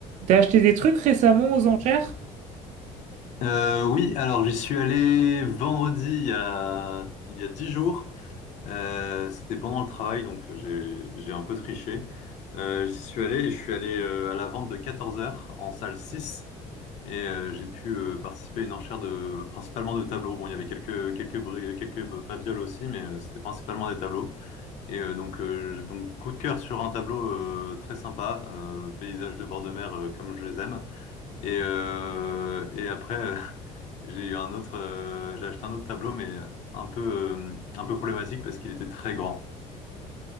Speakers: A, on the right (about 60°); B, on the left (about 60°).
A: T'as acheté des trucs récemment aux enchères?
B: Euh, oui, alors j'y suis allé vendredi il y a il y a dix jours. Euh, c'était pendant le travail, donc j'ai j'ai un peu triché. Euh, j'y suis allé et je suis allé euh, à la vente de 14 heures en salle 6 et euh, j'ai pu euh, participer à une enchère de principalement de tableaux. Bon, il y avait quelques quelques bri- quelques babioles aussi, mais euh, c'était principalement des tableaux. Et euh, donc euh, donc coup de cœur sur un tableau euh, très sympa, euh, paysage de bord de mer euh, comme je les aime. Et, euh, et après, euh, j'ai eu un autre, euh, j'ai acheté un autre tableau, mais un peu, euh, un peu problématique parce qu'il était très grand.